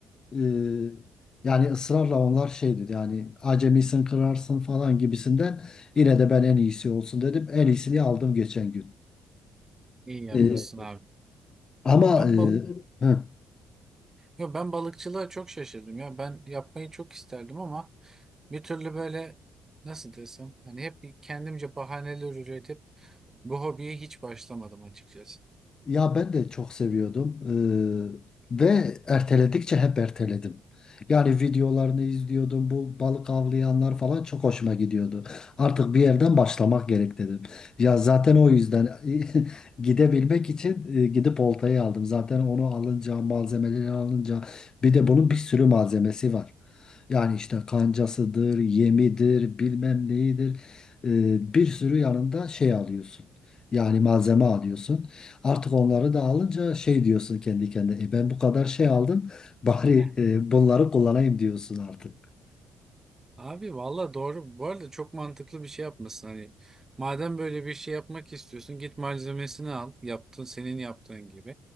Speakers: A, on the left; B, on the right.
A: E, yani ısrarla onlar şey dedi yani acemisin kırarsın falan gibisinden yine de ben en iyisi olsun dedim. En iyisini aldım geçen gün.
B: İyi yapmışsın
A: E,
B: abi.
A: ama
B: Ben
A: e,
B: balık,
A: hı.
B: yo, ben balıkçılığa çok şaşırdım ya. Ben yapmayı çok isterdim ama bir türlü böyle nasıl desem hani hep bir kendimce bahaneler üretip bu hobiye hiç başlamadım açıkçası.
A: Ya ben de çok seviyordum Ee, ve erteledikçe hep erteledim. Yani videolarını izliyordum. Bu balık avlayanlar falan çok hoşuma gidiyordu. Artık bir yerden başlamak gerek dedim. Ya zaten o yüzden <laughs> gidebilmek için e, gidip oltayı aldım. Zaten onu alınca, malzemeleri alınca bir de bunun bir sürü malzemesi var. Yani işte kancasıdır, yemidir, bilmem neyidir. Ee, bir sürü yanında şey alıyorsun. Yani malzeme alıyorsun. Artık onları da alınca şey diyorsun kendi kendine. "E, ben bu kadar şey aldım bari
B: <laughs>
A: e, bunları kullanayım diyorsun artık.
B: Abi valla doğru. Bu arada çok mantıklı bir şey yapmışsın. Hani madem böyle bir şey yapmak istiyorsun git malzemesini al. Yaptın senin yaptığın gibi.